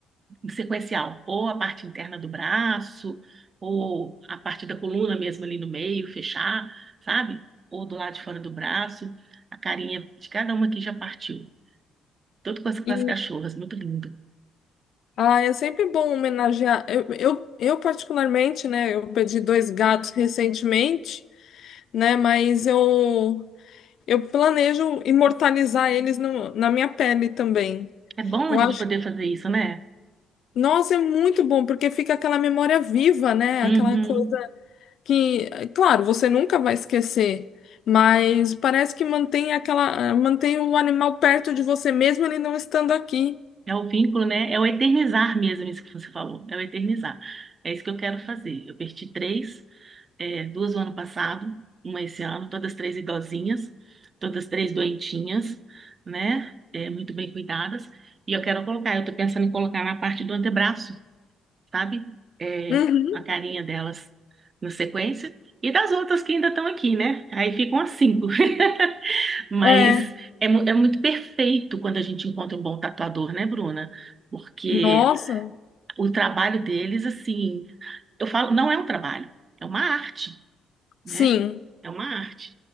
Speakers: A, on the right; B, on the left.
A: sequencial, ou a parte interna do braço, ou a parte da coluna mesmo ali no meio, fechar, sabe? Ou do lado de fora do braço, a carinha de cada uma que já partiu. Tudo com as, com
B: E
A: as cachorras, muito lindo.
B: ah, é sempre bom homenagear. Eu, eu, eu particularmente, né? Eu perdi dois gatos recentemente, né? Mas eu eu planejo imortalizar eles no- na minha pele também.
A: É bom
B: Eu
A: a gente
B: acho.
A: poder fazer isso, né?
B: Nossa, é muito bom, porque fica aquela memória viva, né?
A: Uhum.
B: Aquela coisa que, claro, você nunca vai esquecer, mas parece que mantém aquela, mantém o animal perto de você mesmo ele não estando aqui.
A: É o vínculo, né? É o eternizar mesmo, isso que você falou. É o eternizar. É isso que eu quero fazer. Eu perdi três. é, duas no ano passado, uma esse ano, todas três idosinhas, todas três doentinhas, né? É, muito bem cuidadas. E eu quero colocar, eu tô pensando em colocar na parte do antebraço, sabe? É,
B: Uhum.
A: a carinha delas na sequência. E das outras que ainda estão aqui, né? Aí ficam as cinco. <laughs> Mas
B: É.
A: é, mu- é muito perfeito quando a gente encontra um bom tatuador, né, Bruna? Porque
B: Nossa,
A: o trabalho deles, assim, eu falo, não é um trabalho, é uma arte
B: sim.
A: né? É uma arte.